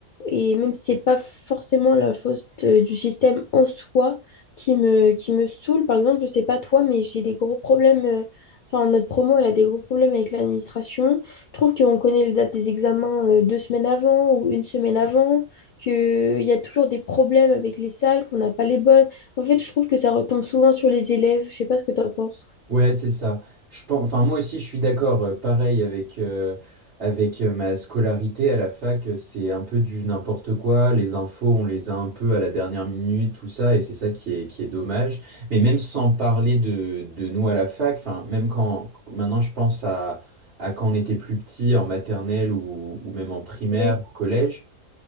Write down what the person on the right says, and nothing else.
Ouais, c'est ça. Je pense, enfin, moi aussi, je suis d'accord. euh, pareil avec, euh, avec euh, ma scolarité à la fac, euh, c'est un peu du n'importe quoi. Les infos, on les a un peu à la dernière minute, tout ça, et c'est ça qui est, qui est dommage. Mais même sans parler de, de nous à la fac, enfin, même quand maintenant je pense à, à quand on était plus petit, en maternelle ou, ou même en primaire,
au collège.